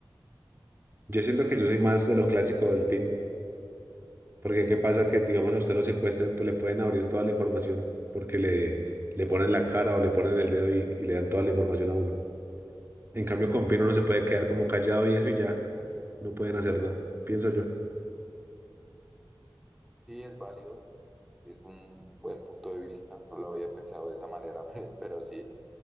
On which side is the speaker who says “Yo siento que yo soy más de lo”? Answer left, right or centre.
Right